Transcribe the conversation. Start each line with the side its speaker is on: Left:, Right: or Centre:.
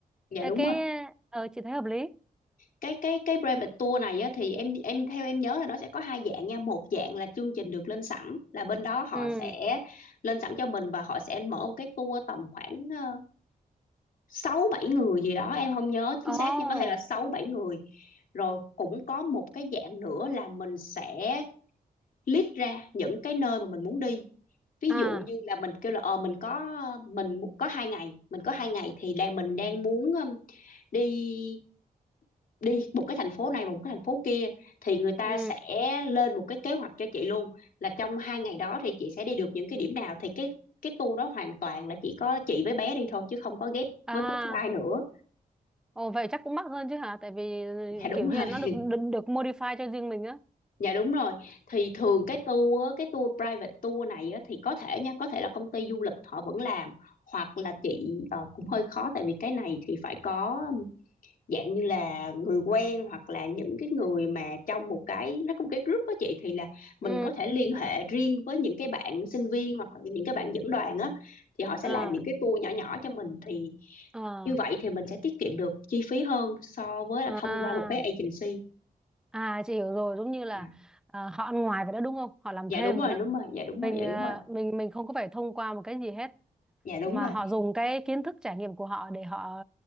Left: dạ
Centre: Ê,
Left: đúng
Centre: cái
Left: rồi
Centre: ờ, chị thấy hợp lý
Left: cái cái cái private tour này á, thì em em theo em nhớ là nó sẽ có hai dạng nha một dạng là chương trình được lên sẵn là bên đó họ
Centre: ừ
Left: sẽ lên sẵn cho mình và họ sẽ mở một cái tour tầm khoảng ờ, sáu bảy người gì đó em không nhớ chính
Centre: ồ
Left: xác nha có thể là sáu bảy người rồi cũng có một cái dạng nữa là mình sẽ list ra những cái nơi mà mình muốn đi ví
Centre: à
Left: dụ như là mình kêu là ờ mình có mình có hai ngày mình có hai ngày thì đang mình đang muốn um, đi đi một cái thành phố này một cái thành phố kia thì người ta
Centre: ừ
Left: sẽ lên một cái kế hoạch cho chị luôn là trong hai ngày đó thì chị sẽ đi được những cái điểm nào thì cái cái tour đó hoàn toàn là chỉ có chị với bé đi thôi chứ không có ghép
Centre: à
Left: với bất cứ ai nữa
Centre: ồ vậy chắc cũng mắc hơn chứ hả tại vì ừ,
Left: dạ đúng
Centre: kiểu như
Left: rồi
Centre: là nó được được, được modify cho riêng mình á
Left: <laughs> dạ đúng rồi thì thường cái tour á, cái tour private tour này á, thì có thể nha có thể là công ty du lịch họ vẫn làm hoặc là chị ờ, cũng hơi khó tại vì cái này thì phải có dạng như là người quen hoặc là những cái người mà trong một cái nó có một cái group đó chị thì là mình
Centre: ừ
Left: có thể liên hệ riêng với những cái bạn sinh viên hoặc là những cái bạn dẫn đoàn á thì họ sẽ
Centre: à
Left: làm những cái tour nhỏ nhỏ cho mình thì
Centre: à
Left: như vậy thì mình sẽ tiết kiệm được chi phí hơn so với là
Centre: à
Left: thông qua một cái agency
Centre: À chị hiểu rồi, giống như là
Left: Dạ.
Centre: à, họ ăn ngoài vậy đó đúng không? Họ làm
Left: dạ
Centre: thêm
Left: đúng rồi
Centre: rồi đó.
Left: đúng rồi dạ đúng
Centre: Mình
Left: rồi dạ
Centre: à,
Left: đúng rồi
Centre: mình mình không có phải thông qua một cái gì hết
Left: dạ đúng
Centre: mà
Left: rồi
Centre: họ dùng cái kiến thức trải nghiệm của họ để họ